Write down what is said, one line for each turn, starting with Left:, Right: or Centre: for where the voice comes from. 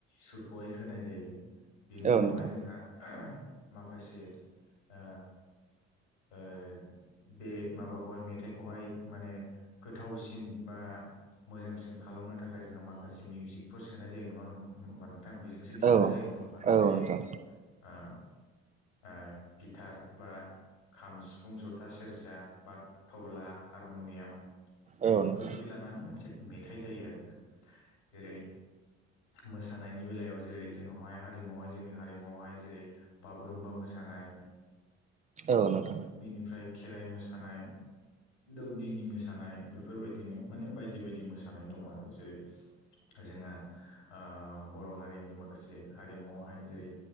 Left: सुरखौहाय होनाय जायो बिनि उनावहाय
Right: औ नोंथां औ नोंथां
Left: जोंहा माखासे ओ ओ बे माबाखौहाय मेथाइखौहाय माने गोथावसिन बा मोजांसिन खालामनो थाखाय जोंहा माखासे मिउजिकफोर सोनाय जायो नङा होमबा नोंथां बेजोंसो देंखो
Right: औ
Left: जायो नङा होनबा जेरै
Right: नोंथां
Left: ओ ओ गिटार बा खाम सिफुं जथा सेरजा बा थब्ला हारमुनियाम बेफोरखौ
Right: औ नोंथां
Left: जयै लानानै मोनसे मेथाइ जायो आरोना जेरै मोसानायनि बेलायाव जेरै जोंनावहाय हारिमुवावहाय जोंनि हारिमुवावहाय जेरै बागुरुम्बा मोसानाय
Right: औ नोंथां औ नोंथां
Left: बिनिफ्राय खेराइ मोसानाय दौदिनि मोसानाय बेफोरबायदिनो माने बायदि बायदि मोसानाय दं आरो जेरै जोंङो ओ बर' हारिनि माखासे हारिमुआवहाय जेरै